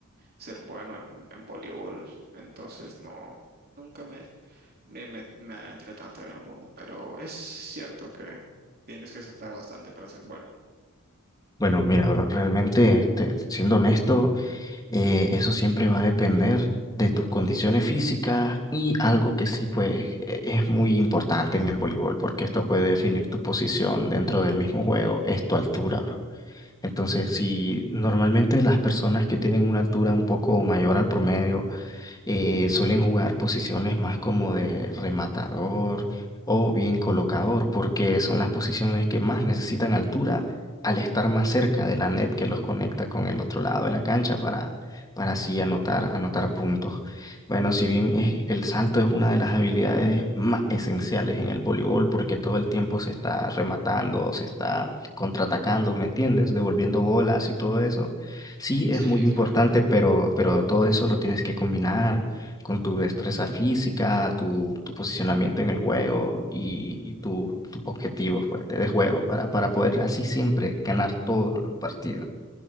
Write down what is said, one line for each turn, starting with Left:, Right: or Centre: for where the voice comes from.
Right: ser bueno en, en voleibol, entonces no, nunca me, me, me, me adentré tanto en el mundo, pero es cierto que tienes que saltar bastante para ser bueno.
Left: Bueno, mira, bro, realmente, este, siendo honesto, Eh, eso siempre va a depender de tus condiciones físicas y algo que sí, pues, e- es muy importante en el voleibol, porque esto puede definir tu posición dentro del mismo juego, es tu altura, bro. Entonces, si normalmente las personas que tienen una altura un poco mayor al promedio eh, suelen jugar posiciones más como de rematador o bien colocador, porque son las posiciones que más necesitan altura al estar más cerca de la net que los conecta con el otro lado de la cancha para, para así anotar, anotar puntos. Bueno, si bien es- el salto es una de las habilidades más esenciales en el voleibol, porque todo el tiempo se está rematando, se está contraatacando, ¿me entiendes? Devolviendo bolas y todo eso. Sí,
Right: Sí,
Left: es muy importante,
Right: claro, claro.
Left: pero, pero todo eso lo tienes que combinar con tu destreza física, tu, tu posicionamiento en el juego y, y tu, tu objetivo, pues, de, de juego para, para poder así siempre ganar todos los partidos.